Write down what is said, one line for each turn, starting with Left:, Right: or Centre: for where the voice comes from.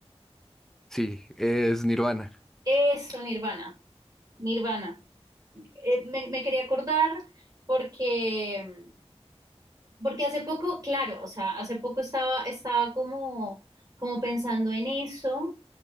Centre: Sí, es Nirvana.
Right: Eso, Nirvana, Nirvana. Eh, me, me quería acordar porque, porque hace poco, claro, o sea, hace poco estaba, estaba como, como pensando en eso